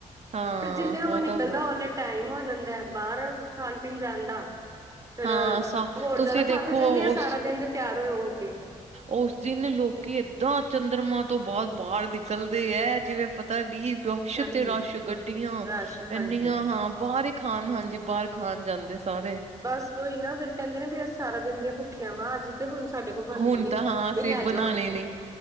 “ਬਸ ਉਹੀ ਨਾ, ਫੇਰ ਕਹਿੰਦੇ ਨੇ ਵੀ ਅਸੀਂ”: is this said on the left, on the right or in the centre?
Right